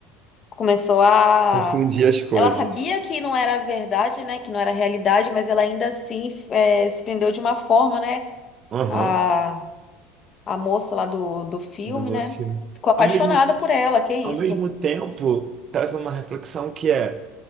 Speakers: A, on the left; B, on the right.
A: começou a.
B: Confundi as coisas.
A: Ela sabia que não era verdade, né? Que não era realidade, mas ela ainda assim eh, se prendeu de uma forma, né?
B: Aham,
A: A, a moça lá do, do filme,
B: do outro
A: né?
B: filme.
A: Ficou apaixonada
B: Ao mesmo
A: por ela, que isso.
B: ao mesmo tempo, traz uma reflexão que é